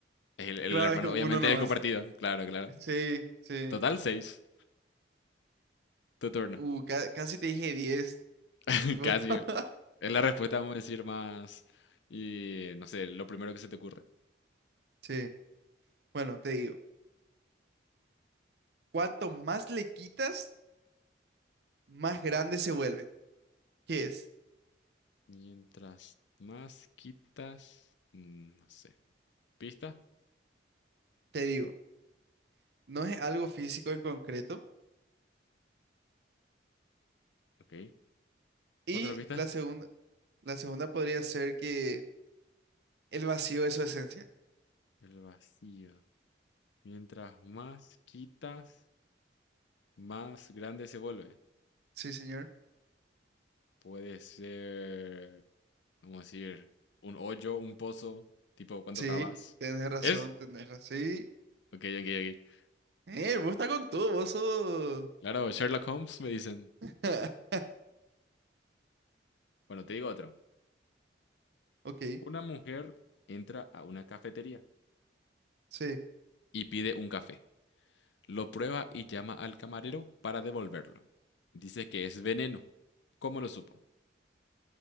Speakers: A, on the left; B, on the right.
A: el, el
B: Claro,
A: hermano
B: es uno
A: obviamente
B: nomás.
A: es compartido. Claro, claro.
B: Sí, sí.
A: Total, seis. Tu turno.
B: Uh, ca- casi te dije diez.
A: <laughs>
B: Tipo,
A: Casi.
B: <laughs>
A: Es la respuesta, vamos a decir, más... Y no sé, lo primero que se te ocurre.
B: sí. Bueno, te digo. Cuanto más le quitas, más grande se vuelve. ¿Qué es?
A: Mientras más quitas... mm, No sé. ¿Pista?
B: Te digo. no es algo físico en concreto.
A: Ok.
B: Y
A: Otra pista.
B: la segunda, la segunda podría ser que el vacío es su esencia.
A: El vacío. Mientras más quitas, más grande se vuelve.
B: Sí, señor.
A: Puede ser, vamos a decir, un hoyo, un pozo, tipo cuando
B: Sí,
A: cavas.
B: tenés razón,
A: ¿Es?
B: tenés razón. Sí.
A: Ok, ok, ok.
B: Eh, vos estás con todo, vos sos...
A: Claro, Sherlock Holmes me dicen.
B: <laughs>
A: Bueno, te digo otro.
B: Ok,
A: Una mujer entra a una cafetería
B: sí.
A: y pide un café. Lo prueba y llama al camarero para devolverlo. Dice que es veneno. ¿Cómo lo supo?